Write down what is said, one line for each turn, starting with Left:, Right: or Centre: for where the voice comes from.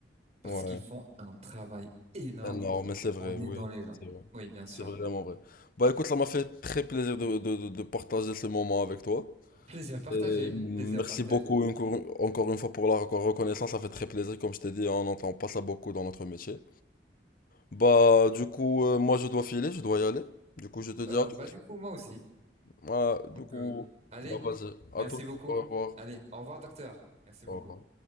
Right: parce
Left: ouais,
Right: qu'ils font un travail énorme
Left: énorme, mais c'est vrai,
Right: en aidant
Left: oui,
Right: les gens.
Left: c'est vrai.
Right: Oui, bien
Left: C'est
Right: sûr.
Left: vraiment vrai. Bah écoute, ça m'a fait très plaisir de, de, de de partager ce moment avec toi.
Right: Plaisir partagé,
Left: Et merci
Right: plaisir partagé.
Left: beaucoup encore encore une fois pour la reco- reconnaissance, ça fait très plaisir. Comme je t'ai dit, on n'entend pas ça beaucoup dans notre métier. Bah, du coup, euh, moi, je dois filer, je dois y aller. Du coup, je te dis
Right: Euh,
Left: à tout.
Right: bah du coup, moi aussi.
Left: Ouais,
Right: Donc,
Left: du coup,
Right: euh, allez,
Left: bah, vas-y, à
Right: merci
Left: tout.
Right: beaucoup.
Left: Au revoir.
Right: Allez, au revoir, docteur. Merci beaucoup.
Left: Au revoir.